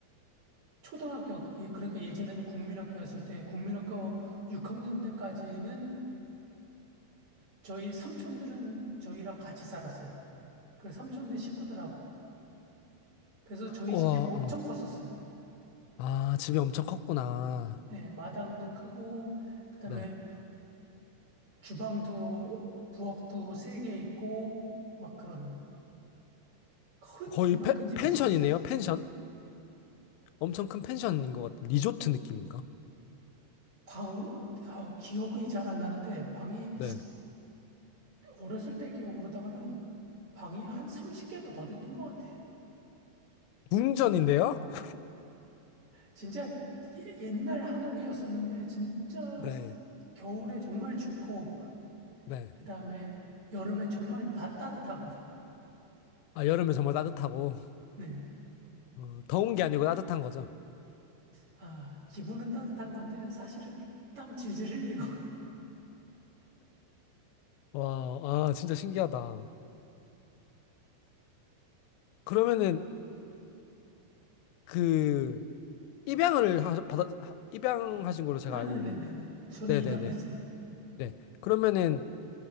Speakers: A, on the right; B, on the left.
A: 초등학교 예, 그러니까 예전에는 국민학교였을 때 국민학교 6학년 때까지는 저희 삼촌들은 저희랑 같이 살았어요. 그래서 삼촌네 식구들하고. 그래서 저희
B: 와,
A: 집이 엄청
B: 어.
A: 컸었어요.
B: 아, 집이 엄청 컸구나.
A: 예, 마당도 크고 그다음에
B: 네.
A: 주방도 부엌도 세 개 있고 막 그런 큰
B: 거의
A: 정말
B: 페-
A: 큰 집이었어요.
B: 펜션이네요, 펜션? 엄청 큰 펜션인 것 같은 리조트 느낌인가?
A: 방, 어, 기억이 잘 안 나는데, 방이,
B: 네.
A: 어렸을 때 기억으로다가는 방이 한 30개도 더 됐던 것 같아.
B: 궁전인데요? <laughs>
A: 진짜 예- 옛날 한옥이었었는데, 진짜
B: 네.
A: 겨울에 정말 춥고,
B: 네.
A: 그 다음에 여름에 정말 다 따뜻하고,
B: 아, 여름에 정말 따뜻하고,
A: 네.
B: 어, 더운 게 아니고 따뜻한 거죠.
A: 아, 기분은 따뜻한 건데, 사실은 땀 질질 흘리고.
B: 와, 아, 진짜 신기하다. 그러면은, 그, 입양을 하, 받아, 하- 입양하신 걸로
A: <laughs>
B: 제가
A: 네네네네.
B: 알고 있는데.
A: 저는
B: 네네네.
A: 입양됐어요.
B: 네. 그러면은,